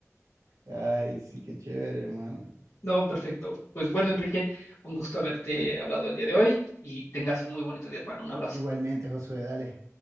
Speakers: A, on the right; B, on the left.
A: Ay, sí, qué chévere, hermano.
B: no, perfecto. Pues bueno, Enrique, un gusto haberte hablado el día de hoy y tengas un muy bonito día, hermano. Un abrazo.
A: Igualmente, Josué, dale.